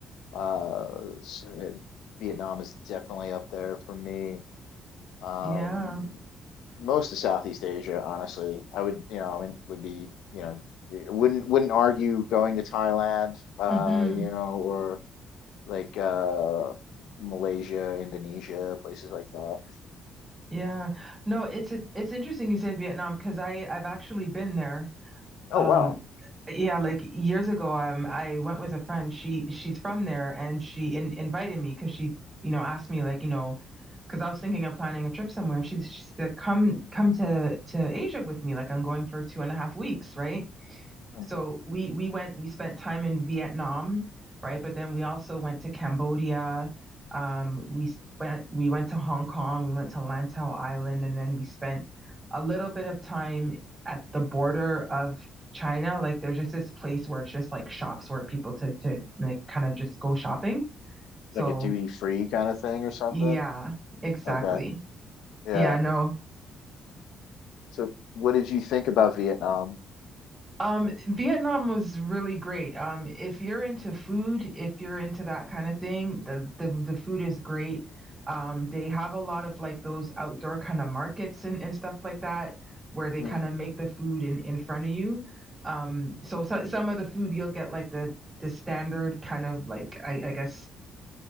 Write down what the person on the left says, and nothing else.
Uh, so it, Vietnam is definitely up there for me. Um,
most of Southeast Asia, honestly. I would, you know, I mean, would be, you know, y- wouldn't wouldn't argue going to Thailand, uh,
you know, or like uh Malaysia, Indonesia, places like that.
Oh
wow.
Mhm.
Like a duty free kind of thing or something.
Okay. Yeah.
So what did you think about Vietnam?
hmm